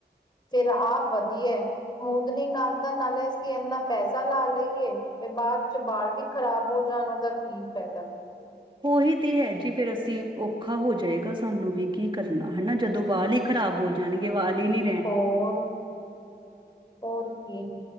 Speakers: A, on the left (about 25°); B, on the right (about 25°).
A: ਫਿਰ ਆਹ ਵਧੀਆ। ਸਮੂਦਨਿੰਗ ਨਾਲ ਤਾਂ ਨਾਲੇ ਅਸੀਂ ਇੰਨਾ ਪੈਸਾ ਲਾ ਲਈਏ ਤੇ ਬਾਅਦ ਚ ਬਾਲ ਵੀ ਖ਼ਰਾਬ ਹੋ ਜਾਣ ਉਹਦਾ ਕੀ ਫਾਇਦਾ।
B: ਉਹੀ ਤੇ ਹੈ ਜੀ ਫੇਰ ਅਸੀਂ ਔਖਾ ਹੋ ਜਾਏਗਾ ਸਾਨੂੰ ਵੀ ਕੀ ਕਰਨਾ ਹਨਾ ਜਦੋਂ ਵਾਲ ਈ ਖ਼ਰਾਬ ਹੋ ਜਾਣਗੇ ਵਾਲ ਹੀ ਨੀ
A: ਹੋਰ ਹੋਰ ਕੀ‌